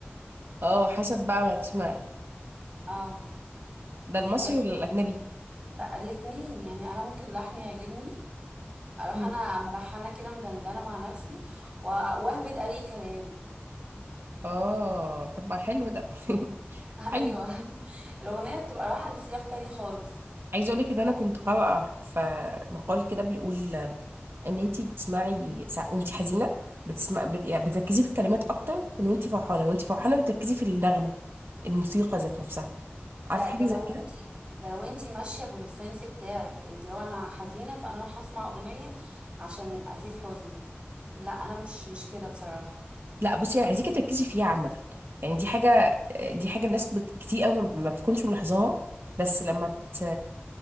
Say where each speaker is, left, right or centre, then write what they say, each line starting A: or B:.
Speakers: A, on the right; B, on the right.
A: اه حسب بقى ما تسمعي
B: اه
A: ده المصري
B: بس
A: ولا الاجنبي
B: لا الاثنين يعني انا ممكن لحن يعجبني اروح
A: مم.
B: انا ملحنه كده مدندنه مع نفسي و- واهبد اي كلام
A: اه طب ما حلو ده <laughs>
B: <laughs>
A: حلو
B: ايوه الاغنيه بتبقى رايحه لسياق تاني خالص
A: عايزه اقول لك ان انا كنت قارئه في مقال كده بيقول ان انتي بتسمعي سا... وانتي حزينه بتسمع بت... يعني بتركزي في الكلمات اكتر من وانتي فرحانه وانتي فرحانه بتركزي في النغمه الموسيقى ذات نفسها
B: ده
A: عارفه
B: ده
A: حاجه
B: لو
A: زي كده
B: انتي ده لو انتي ماشيه بالسنس بتاعك انت لو انا حزينه فانا هروح اسمع اغنيه عشان ازيد حزني لا انا مش مش كده بصراحه
A: لا بصي يعني عايزاكي تركزي فيها عامة يعني دي حاجة دي حاجة الناس بت... كتير قوي ما ما بتكونش ملاحظاها بس لما بت